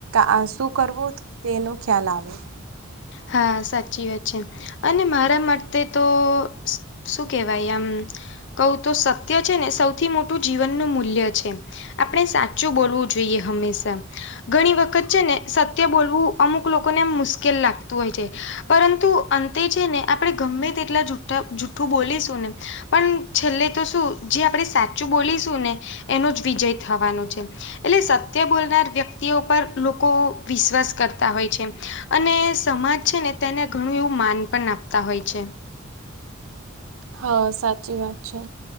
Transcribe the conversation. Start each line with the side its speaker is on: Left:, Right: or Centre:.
Right: આ શું કરવું તેનો ખ્યાલ આવે
Left: હા સાચી વાત છે. અને મારા માટે તો શું કેવાય આમ કહું તો સત્ય છે ને સૌથી મોટું જીવનનું મૂલ્ય છે આપણે સાચું બોલવું જોઈએ હંમેશા ઘણી વખત છે ને સત્ય બોલવું અમુક લોકોને એમ મુશ્કેલ લાગ તુ હોય છે પરંતુ અંતે છે ને આપણે ગમે તેટલા જૂઠા જૂઠું બોલીશું ને પણ છેલ્લે તો શું જે આપણે સાચું બોલીશું ને એનો જ વિજય થવાનો છે. એટલે સત્ય બોલનાર વ્યક્તિઓ પર લોકો વિશ્વાસ કરતા હોય છે એમ અને સમાજ છે ને તેને ઘણું એવું માન પણ આપતા હોય છે.
Right: હા સાચી વાત છે